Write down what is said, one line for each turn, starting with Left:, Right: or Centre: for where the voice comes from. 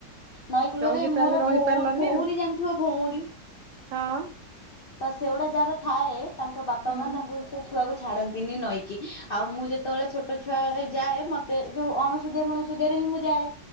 Left: ନଈକୂଳରେ
Right: ରହିକି
Left: ମୋର
Right: ତାହେଲେ ରହିପାରିଲନି
Left: ଭଉ ଭଉରୀ ଜାଣିଥିବ ଭଉଁରୀ।
Right: ହଁ।
Left: ତ ସେଉଡା ଯାହାର ଥାଏ ତାଙ୍କ ବାପା
Right: ହଁ
Left: ମା
Right: ହୁଁ
Left: ତାଙ୍କୁ ଛୁଆକୁ ଛାଡନ୍ତିନି ନଈକି ଆଉ ମୁଁ ଯେତେବେଳେ ଛୋଟ ଛୁଆବେଳେ ଯାଏ ମତେ ଯୋଉ ଅଣ ସୁଧିଆ ଫଣ ଶୁଧିଆ ରେ ହିଁ ମୁଁ ଯାଏ,